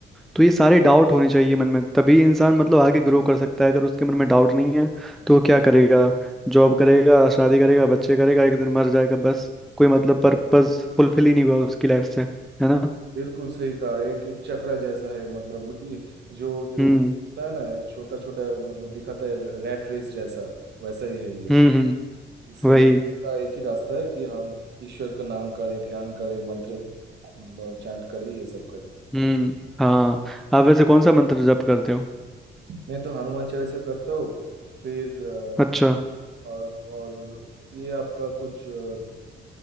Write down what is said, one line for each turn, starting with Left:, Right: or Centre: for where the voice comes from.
Centre: तो ये सारे डाउट होने चाहिए मन में तभी इंसान मतलब आगे ग्रो कर सकता है अगर उसके मन में डाउट नहीं है तो वो क्या करेगा जॉब करेगा शादी करेगा बच्चे करेगा एक दिन मर जाएगा बस कोई मतलब पर्पस फुलफिल ही नहीं हुआ उसकी लाइफ से है ना
Right: बिल्कुल सही कहा एक एक चक्रा जैसा है मतलब वो ये जो, जो
Centre: हम्म
Right: होता है ना छोटा छोटा मतलब दिखाता है रैट रेस जैसा वैसा ही है ये
Centre: हम्म हम्म
Right: इससे
Centre: वही
Right: निकलने का एक ही रास्ता है कि हम ईश्वर का नाम करें ध्यान करें मंत्र चांट करें ये सब करें
Centre: हम्म हाँ आप वैसे कौन सा मंत्र जप करते हो
Right: मैं तो हनुमान चालीसा करता हूँ फिर अ,
Centre: अच्छा
Right: और और ये आपका कुछ अ,